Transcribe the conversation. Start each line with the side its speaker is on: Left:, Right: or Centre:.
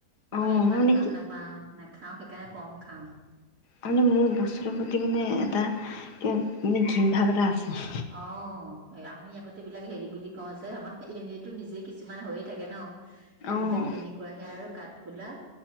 Right: মই
Left: অ',
Right: ইমান
Left: মানে
Right: ভাল
Left: কি
Right: নাপাও নেখাওঁ স কেনে কম খাওঁ
Left: মানে মোৰ বস্তুৰৰ প্ৰতি মানে এটা মানে ঘীণ ভাৱ এটা আছে
Right: অ আমি আগতে বিলাক হেৰি বুলি কওঁ যে আমাৰ এনেইতো নিজেই কিছুমান হৈয়ে থাকে ন সেইবিলাক
Left: অ'।
Right: তেনেকুৱাহে আৰু কাঠ ফুলা